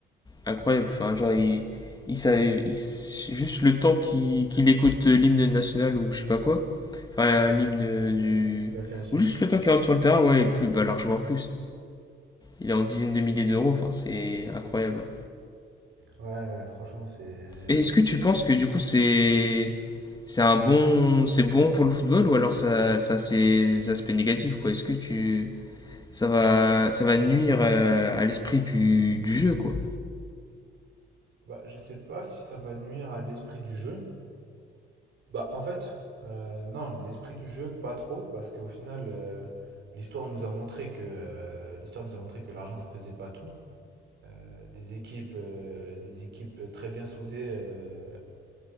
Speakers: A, on the left; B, on the right.
A: incroyable. Enfin, genre, il, il savait- il- juste le temps qu'il qu'il écoute euh, l'hymne national ou je sais pas quoi. Enfin, l'hymne euh, du.
B: Il a fait un SMIC.
A: Ou juste le temps qu'il rentre sur le terrain, ouais, et plus, bah, largement plus. Il est en dizaines de milliers d'euros, enfin, c'est incroyable. hein.
B: Ouais, franchement, c'est.
A: Et est-ce que tu penses que du coup, c'est. C'est un bon, c'est bon pour le football ou alors ça, ça a ses aspects négatifs quoi. Est-ce que tu, ça va, ça va nuire euh, à l'esprit du, du jeu quoi.
B: Bah, je sais pas si ça va nuire à l'esprit du jeu. Bah, en fait, euh, non, l'esprit du jeu, pas trop, parce qu'au final, euh, l'histoire nous a montré que euh, l'histoire nous a montré que l'argent, ça faisait pas tout. Euh, des équipes, euh, des équipes très bien soudées euh,